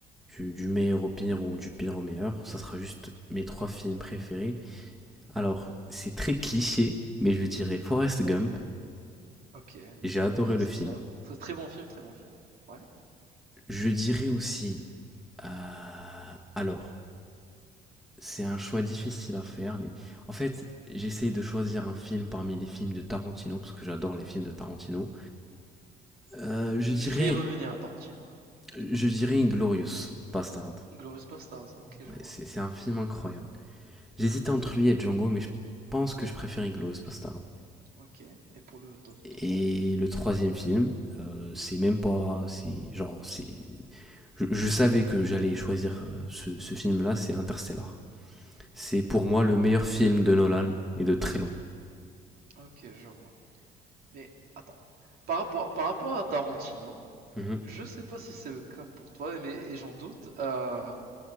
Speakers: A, in the centre; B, on the right.
A: du, du meilleur au pire ou du pire au meilleur. Ça sera juste mes trois films préférés. Alors, c'est très cliché, mais je dirais Forrest Gump.
B: ok,
A: J'ai adoré
B: c'est
A: le film.
B: ça. Très, très bon film, très bon film. Ouais.
A: Je dirais aussi... euh, alors, c'est un choix difficile à faire, mais en fait, j'essaye de choisir un film parmi les films de Tarantino, parce que j'adore les films de Tarantino. Euh, je
B: Je
A: dirais
B: je vais y revenir à Tarantino.
A: Je dirais Inglorious Bastard.
B: Glorious Bastards, ok, je
A: Ouais,
B: vois.
A: c'est c'est un film incroyable. J'hésitais entre lui et Django, mais je pense que je préfère Inglorious Bastard.
B: Ok. Et pour le top
A: Et
B: trois
A: le troisième film, euh, c'est même pas. C'est genre. c'est Je, je savais que j'allais choisir euh, ce, ce film-là, c'est Interstellar. C'est pour moi le meilleur
B: Ok,
A: film de Nolan et de très loin.
B: ok, je vois. Mais attends, par rapport, par rapport à Tarantino,
A: Mhm,
B: je sais pas si c'est le cas pour toi, mais et j'en doute. euh,